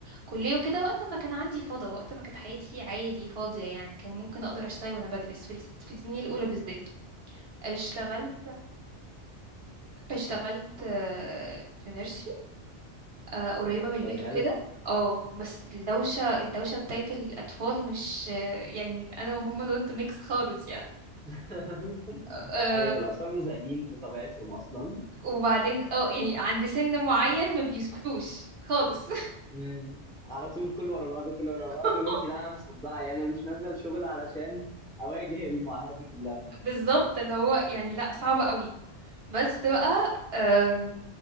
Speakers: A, on the right; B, in the centre.
A: كليه وكده وقت ما كان عندي فضا وقت ما كانت حياتي عادي فاضيه يعني كان ممكن اقدر اشتغل وانا بدرس في الس- في السنين الاولى بالذات اشتغلت اشتغلت آه، في نيرسري آه، قريبة من البيت
B: طب حلو
A: وكده اه بس الدوشة الدوشة بتاعت الأطفال مش آه، يعني أنا وهم دونت ميكس خالص يعني
B: <laughs>
A: أه
B: ايوه الاطفال مزعجين بطبيعتهم اصلا
A: وبعدين اه يعني عند سن معين ما بيسكتوش خالص
B: مم. على طول كل ورا بعض كل ورا
A: <laughs>
B: بعض وانت لا انا مصدعه يعني انا مش نازله الشغل علشان اواجه المعاناه دي كلها
A: بالظبط اللي هو يعني لأ صعبة قوي بس بقى آم،